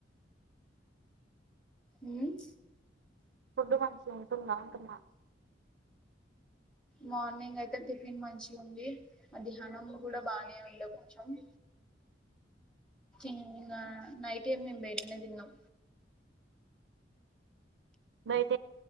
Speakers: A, in the centre; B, on the right (about 65°).
A: ఉమ్
B: ఫుడ్ మంచిగుంటుందా అంటున్నా
A: మార్నింగ్ అయితే టిఫిన్ మంచి ఉంది అదిహనం కూడా బానే ఉండే కొంచెం ఇంగ నైట్ ఏ మేము బయటనే తిన్నాం.
B: బైట్